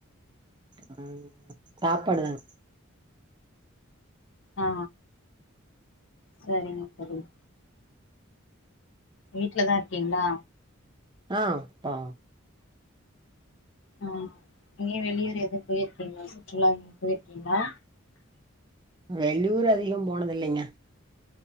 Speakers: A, on the right (about 20°); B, on the left (about 60°).
A: அ சாப்பாடு தாங்க
B: ஆ சரிங்க சரிங்க வீட்லதா இருக்கீங்ளா
A: ஆ பா
B: ஆ எங்கயு வெளியூர் எதும் போயிருக்கீங்ளா சார் சுற்றுலா எங்கியு போயிருக்கீங்ளா
A: வெளியூர் அதிகோ போனதில்லிங்க